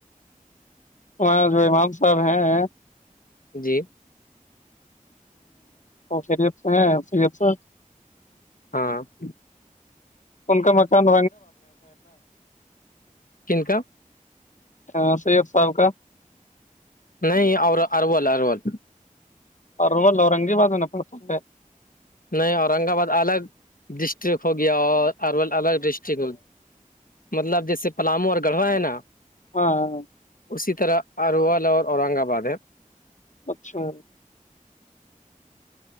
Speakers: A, on the left; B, on the left.
A: وہاں جو امام صاحب ہیں
B: جی
A: ہ فریت سے ہے فریت سے
B: <inaudible>
A: ان کو مسند
B: کنکا
A: ہاں سید سال کا
B: نہیں اور ارول ارول
A: اور رول اورنگیباد میں نہ پڑ پوں گے
B: نہیں اورنگ آباد الگ ڈسٹرک ہو گیا اور ارول الگ ڈسٹرک ہوگیا مطلب جیسے پلااموں اور گڑھوا ہے نا
A: ہاں ہاں
B: اسی طرح اروول اور اورنگ آباد ہے
A: اچھا